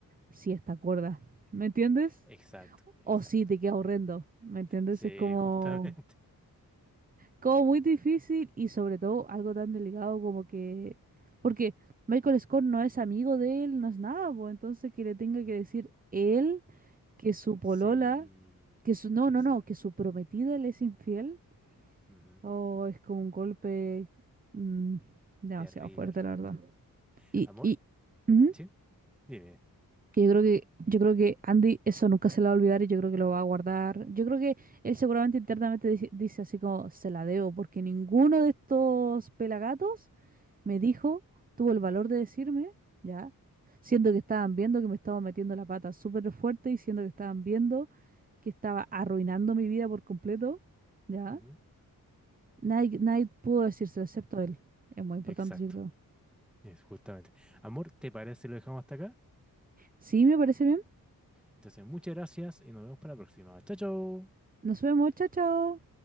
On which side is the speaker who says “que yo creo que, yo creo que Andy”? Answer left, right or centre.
Right